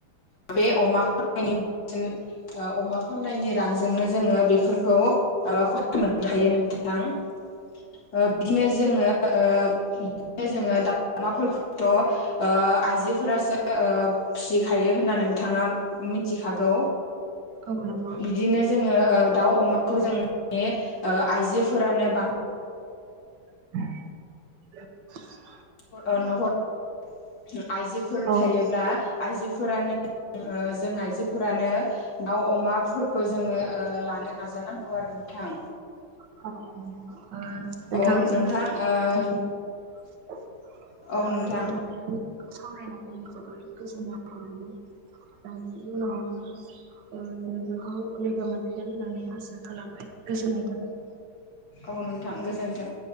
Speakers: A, on the left; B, on the right.
A: बे अमा <unintelligible> ओ अमा फाननायनि रांजोंनो जोङो बेफोरखौ खरसा मोननो हायो नोंथां ओ बिदिनो जोङो ओ बिदिनो जोङो दाउ अमाफोरखौथ' ओ आइजोफोरासो फिसिखायो होननि नोंथाङा मिथिखागौ
B: औ नंगौ
A: बिदिनो जोङो दाउ अमाखौ जोंनि ओ आइजोफोरानो बांसिन
B: <inaudible>
A: ओ नखर आइजोफोर
B: औ
A: थायोब्ला आइजोफोरानो ओ जों आइजोफोरानो दाउ अमाफोरखौ जोङो ओ लानो नाजानांगौ आरो नोंथां
B: <unintelligible>
A: औ नोंथां ओ औ
B: ओ
A: नोंथां
B: नोंथांजों सावरायनानै जोबोर गोजोननाय मोनबाय ओं उनाव ओ नोंथांखौ लोगो मोनफिगोन होननानै आसा खालामबाय गोजोननाय थाबाय
A: औ नोंथां गोजोन्थों